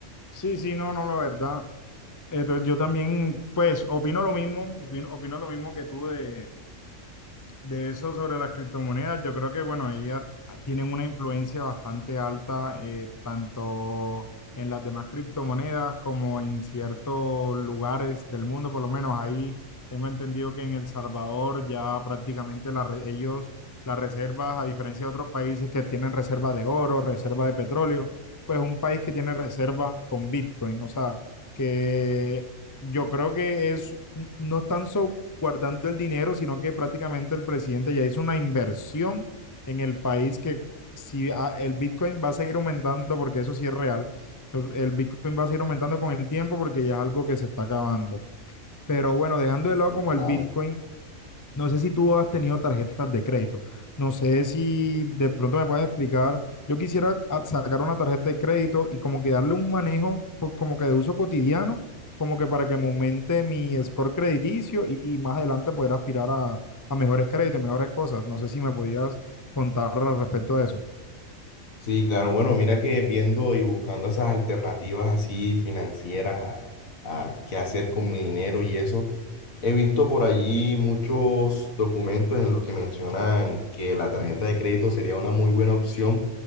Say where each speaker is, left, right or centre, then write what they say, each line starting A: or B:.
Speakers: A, on the left (about 25°); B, on the left (about 90°).
A: Sí, sí, no, no, la verdad. Entonces yo también, pues, opino lo mismo, opino, opino lo mismo que tú de de eso sobre las criptomonedas, yo creo que, bueno, ellas tienen una influencia bastante alta, eh, tanto en las demás criptomonedas como en ciertos lugares del mundo, por lo menos ahí tengo entendido que en El Salvador ya prácticamente la re- ellos, las reservas, a diferencia de otros países que tienen reserva de oro, reserva de petróleo, pues un país que tiene reserva con Bitcoin, o sea, que yo creo que es, no están so- guardando el dinero, sino que prácticamente el presidente ya hizo una inversión en el país que si ah, el Bitcoin va a seguir aumentando, porque eso sí es real, el Bitcoin va a seguir aumentando con el tiempo porque ya es algo que se está acabando. Pero bueno, dejando
B: Sí,
A: de lado
B: sí,
A: como
B: claro.
A: el Bitcoin, no sé si tú has tenido tarjetas de crédito. No sé si de pronto me puedes explicar. Yo quisiera a- sacar una tarjeta de crédito y como que darle un manejo pues, como que de uso cotidiano, como que para que me aumente mi score crediticio y, y más adelante poder aspirar a, a mejores créditos, mejores cosas. No sé si me podías contar al respecto de eso.
B: Sí, claro. Bueno, mira que viendo y buscando esas alternativas así financieras a, a qué hacer con mi dinero y eso, he visto por allí muchos documentos en los que mencionan que la tarjeta de crédito sería una muy buena opción